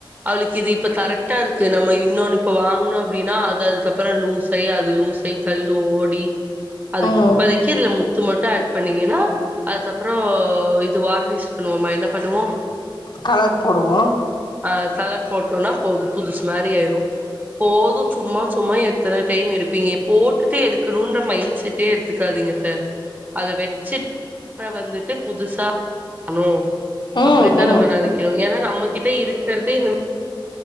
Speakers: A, on the right; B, on the left.
A: அவளுக்கு இது இப்ப கரெக்டாருக்கு நம்ம இன்னொன்னு இப்ப வாங்னோ அப்டின்னா அது அதுக்கப்றோ லூஸ் ஆயி அது து லூசாயி கல்ண்டு ஓடி அதுக்கு
B: ம்
A: இப்போதைக்கி இதுல முத்து மட்டு ஆட் பண்ணீங்கன்னா அதுக்கப்றோ இது வார்னிஷ் பண்ணுவோமா என்ன பண்ணுவோ
B: கலர் போடுவோ
A: அ கலர் போட்டோன்னா போது புதுசு மாரி ஆயிரு போது சும்மா சும்மா எத்தன டைம் எடுப் பீங்க போட்டுட்டு எடுக்கனுன்ற மைண்ட் செட்டே எடுத்துக்காதீங்க அத்த அத வெச்சிட் அப்றோ வந்துட்டு புதுசா <inaudible> ணு
B: ம்
A: அப்பிடித்தா
B: ம்
A: நம்ம நெனைக்கிறோ ஏன்னா நம்மகிட்ட இருக்கறதே இந்த